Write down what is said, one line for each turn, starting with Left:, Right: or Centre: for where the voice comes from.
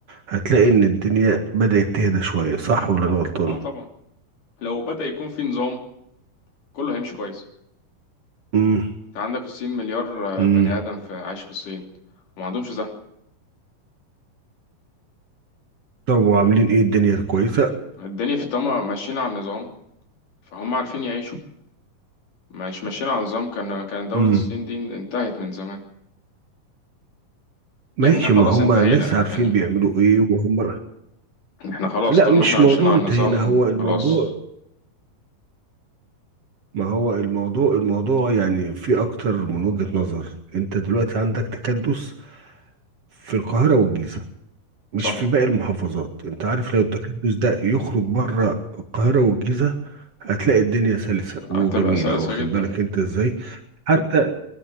Right: هتلاقي إن الدنيا بدأت تهدى شوية صح ولا
Left: صح
Right: أنا غلطان؟
Left: اه طبعا لو بدأ يكون في نظام كله هيمشي كويس
Right: امم
Left: انت عندك الصين مليار آه،
Right: امم
Left: بني ادم في عايش في الصين وما عندهمش زحمة
Right: طب وعاملين ايه الدنيا كويسة
Left: الدنيا في طما ماشيين على النظام فهم عارفين يعيشوا مش ماشيين على النظام كان كان دولة
Right: امم
Left: الصين دي انتهت من زمان
Right: ماشي
Left: احنا خلاص
Right: ما هم
Left: انتهينا
Right: ناس عارفين
Left: يعني
Right: بيعملوا ايه وهم
Left: احنا خلاص
Right: لا
Left: طول
Right: مش
Left: ما احنا ماشيين
Right: موضوع
Left: على
Right: انتهينا
Left: النظام
Right: هو الموضوع
Left: خلاص
Right: ما هو الموضوع الموضوع يعني في اكتر من وجهة نظر انت دلوقتي عندك تكدس في القاهرة والجيزة مش
Left: صح
Right: في باقي المحافظات انت عارف لو التكدس ده يخرج بره القاهرة والجيزة هتلاقي الدنيا سلسة وجميلة
Left: هتبقى سلسة
Right: واخد
Left: جدا
Right: بالك انت ازاي حتى